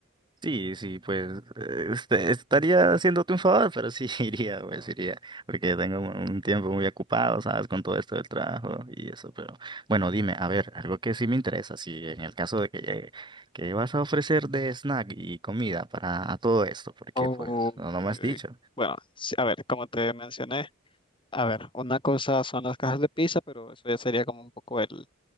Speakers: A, on the right (about 20°); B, on the left (about 25°).
A: Sí, sí, pues eh, este, estaría haciéndote un favor, pero sí <laughs> iría, pues iría, porque tengo un un tiempo muy ocupado, ¿sabes? Con todo esto del trabajo y eso, pero bueno, dime, a ver, algo que sí me interesa, si en el caso de que llegue, ¿qué vas a ofrecer de snack y comida para todo esto? Porque
B: Oh,
A: pues no,
B: uy,
A: no me
B: uy,
A: has dicho.
B: uy. Bueno, sí, a ver, como te mencioné. A ver, una cosa son las cajas de pizza, pero eso ya sería como un poco el